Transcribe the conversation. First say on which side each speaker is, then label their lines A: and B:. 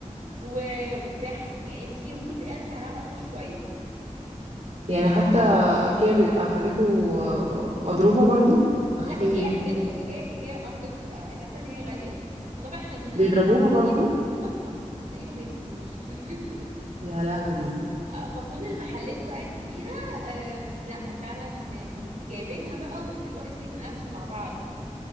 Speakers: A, on the right; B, on the right.
A: و- وبتبيعها يعني انت ممكن تلاقيها سعرها ارخص شويه
B: يعني حتى ايكيا بيبقى حاجاته آه، مضروبة برضو
A: لا
B: احي
A: ايكيا حاجته ايكيا ايكيا اه حاجته بتبقى- انت عارفه ان هي غاليه فطبعا احنا المصريين
B: بيضربوها برضو
A: اه طبعا المصريين ما بيغلبوش <laughs>
B: يا لهوي
A: آه، فكل المحلات بقى الكبيره آم، لا فعلا ب- ب- جايبينها بقى ودلوقتي بيتنافسوا مع بعض